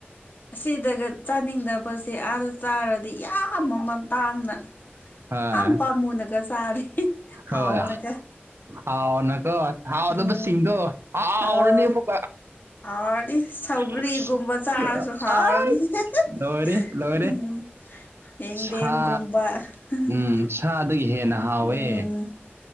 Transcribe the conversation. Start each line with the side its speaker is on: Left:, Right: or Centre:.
Left: ꯑꯁꯤꯗꯒ ꯆꯥꯅꯤꯡꯗꯕꯁꯦ ꯑꯥꯗ ꯆꯥꯔꯗꯤ ꯌꯥꯝ ꯃꯃꯜ ꯇꯥꯡꯅ
Right: ꯍꯣꯏ
Left: ꯌꯥꯝ ꯄꯃꯨꯅꯀ ꯆꯔꯤ <unintelligible>
Right: ꯍꯣꯏ
Left: ꯍꯥꯎꯅꯀ
Right: ꯍꯥꯎ ꯅꯒꯣ ꯍꯥꯎꯗꯕ
Left: ꯎꯝ
Right: ꯁꯤꯡꯗ‌ꯣ ꯍꯥꯎꯔꯅ‌ꯦꯕ
Left: ꯑꯣ ꯍꯥꯎꯔꯅꯤ ꯁꯧꯒ꯭ꯔꯤꯒꯨꯝꯕ
Right: ꯑꯁ
Left: ꯆꯥꯔꯁꯨ ꯍꯥꯎꯔꯅꯤ <unintelligible>
Right: ꯂꯣꯏꯔꯦ ꯂꯣꯏꯔꯦ
Left: ꯌꯦꯡꯗꯦꯝ
Right: ꯁꯥ
Left: ꯒꯨꯝꯕ <unintelligible>
Right: ꯎꯝ ꯁꯥꯗꯒꯤ ꯍꯦꯟꯅ ꯍꯥꯎꯋꯦ
Left: ꯎꯝ